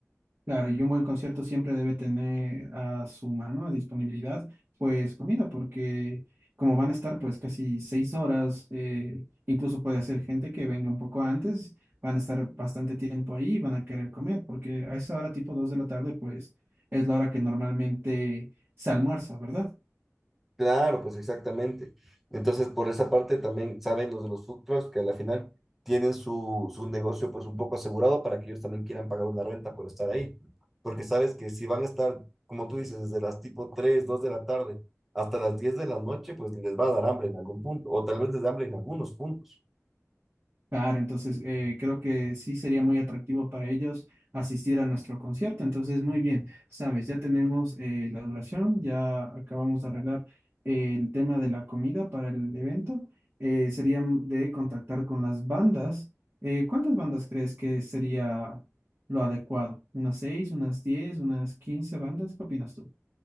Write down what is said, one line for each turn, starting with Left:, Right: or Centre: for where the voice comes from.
Right: Claro, y un buen concierto siempre debe tener a su mano, a disponibilidad, pues comida, porque como van a estar pues casi seis horas, eh, incluso puede ser gente que venga un poco antes, van a estar bastante tiempo ahí y van a querer comer, porque a esa hora tipo dos de la tarde pues es la hora que normalmente se almuerza, ¿verdad?
Centre: Claro, pues exactamente. Entonces, por esa parte también saben los de los food trucks que a la final tienen su, su negocio pues un poco asegurado para que ellos también quieran pagar una renta por estar ahí. Porque sabes que si van a estar, como tú dices, desde las tipo 3 2 de la tarde hasta las 10 de la noche, pues les va a dar hambre en algún punto, o tal vez les da hambre en algunos puntos.
Right: Claro, entonces eh, creo que sí sería muy atractivo para ellos asistir a nuestro concierto. Entonces, muy bien, sabes, ya tenemos eh, la duración, ya acabamos de arreglar eh, el tema de la comida para el evento. Eh, sería de contactar con las bandas. Eh, ¿cuántas bandas crees que sería lo adecuado? ¿Unas seis, unas diez, unas quince bandas? ¿Qué opinas tú?